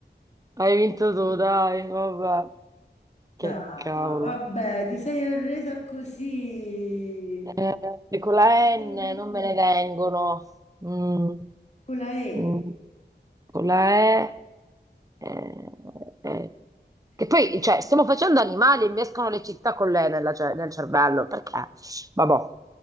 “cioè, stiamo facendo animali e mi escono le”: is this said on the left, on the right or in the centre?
Right